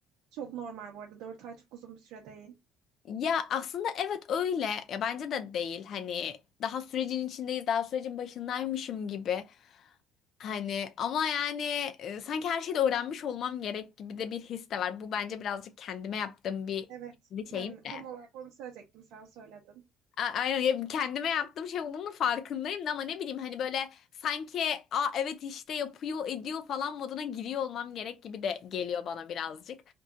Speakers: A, on the right; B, on the left.
A: Çok normal bu arada. dört ay çok uzun bir süre değil.
B: Ya aslında evet öyle. Ya bence de değil. Hani daha sürecin içindeyiz, daha sürecin başındaymışım gibi. Hani ama yani e, sanki her şeyi de öğrenmiş olmam gerek gibi de bir his de var. Bu bence birazcık kendime yaptığım bir
A: Evet.
B: kendi şeyim
A: Yani
B: de.
A: tam olarak onu söyleyecektim. Sen söyledin.
B: A- Aynen ya kendime yaptığım şey olduğunu farkındayım da ama ne bileyim hani böyle sanki aa evet işte yapıyor ediyor falan moduna giriyor olmam gerek gibi de geliyor bana birazcık.